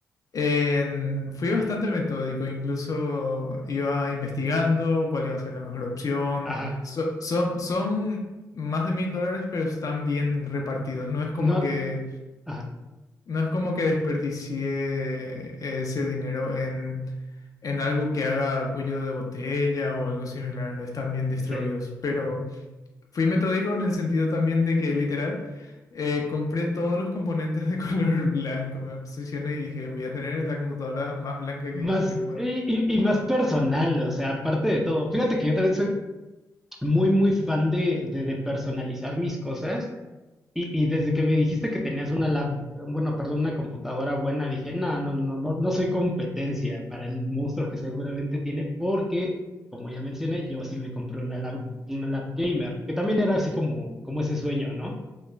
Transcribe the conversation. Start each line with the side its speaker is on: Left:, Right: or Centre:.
Left: en- fui bastante metódico, incluso iba investigando cuál iba a ser la mejor opción.
Centre: Ajá.
Left: So- son, son más de mil dólares, pero están bien repartidos, no es como
Centre: No,
Left: que
Centre: ajá,
Left: no es como que desperdicié ese dinero en, en algo que haga cuello de botella o algo similar, están bien distribuidos.
Centre: sí.
Left: Pero fui metódico en el sentido también de que literal eh, compré todos los componentes de <laughs> color blanco, me obsesioné y dije, voy a tener la computadora más blanca
Centre: Más,
Left: que, que pueda.
Centre: y, y- y más personal, o sea, aparte de todo. Fíjate que yo también soy muy, muy fan de, de, de personalizar mis cosas. Y, y desde que me dijiste que tenías una lab, bueno, perdón, una computadora buena, dije, no, no, no, no, no soy competencia para el monstruo que seguramente tiene, porque, como ya mencioné, yo sí me compré una lab, una lab gamer, que también era así como, como ese sueño, ¿no?